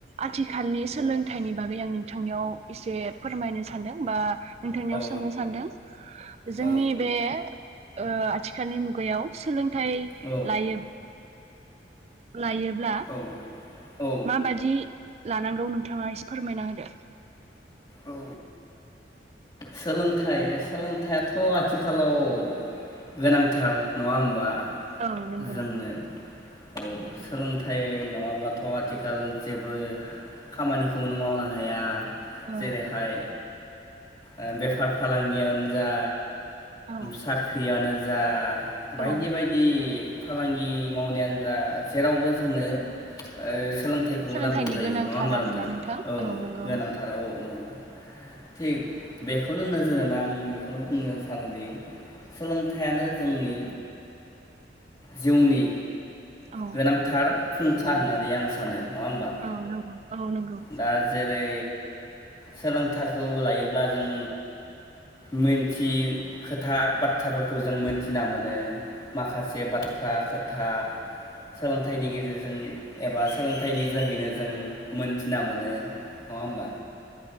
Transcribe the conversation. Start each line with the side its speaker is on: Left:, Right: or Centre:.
Right: आथिखालनि सोलोंथाइनि बागै आं नोंथांनियाव एसे फोरमायनो सानदों बा नोंथांनियाव
Left: औ
Right: सोंनो सानदों जोंनि
Left: औ
Right: बे ओ आथिखालनि मुगायाव सोलों थाय
Left: औ
Right: लायो लायोब्ला
Left: औ औ
Right: माबादि लानांगौ नोंथांङा एसे फोरमायना होदो
Left: औ सोलोंथाइ सोलोंथाइआथ आथिखालाव गोनांथार नंङा होमबा
Right: औ नोंगौ
Left: जोंनो औ सोलोंथाइ नंङाब्लाथ आथिखाल जेबो खामानिखौनो मावनो हाया
Right: औ
Left: जेरैहाय ओ बेफार फालांगियानो जा
Right: औ
Left: साख्रियानो जा बायदि
Right: औ
Left: बायदि फालांगि मावनायानो जा जेरावबो जोंनो ओ सोलोंथाइखौ
Right: सोलोंथाइनि
Left: नांगौ जायो
Right: गोनांथार
Left: नंङा होमबा
Right: आरोना
Left: नोंथां औ
Right: नंगौ
Left: गोनांथार औ उम थिग बेखौनो नोजोर होना आं बेखौनो बुंनो सानोदि सोलोंथाइयानो जोंनि जिउनि
Right: औ
Left: गोनांथार फुंखा होननानै आं सानो नङा होमबा
Right: औ नंगौ औ नंगौ
Left: दा जेरै सोलों थारखौ लायोब्ला जों मोनथि खोथा बाथ्राफोरखौ जों मोनथिना मोनो माखासे बाथ्रा खोथा सोलोंथ थाइनि गेजेरजों एबा सोलोंथाइनि जोहैनो जों मोनथिना मोनो नंङा होमबा।